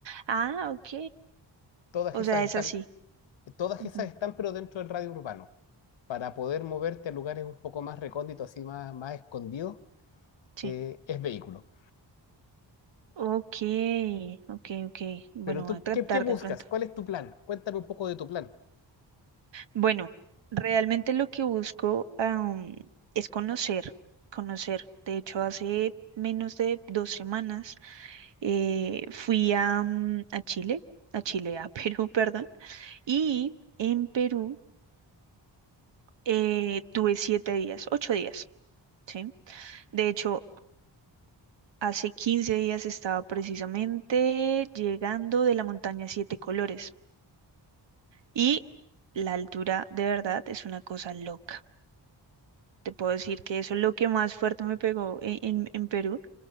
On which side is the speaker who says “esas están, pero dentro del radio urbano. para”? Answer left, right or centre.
Left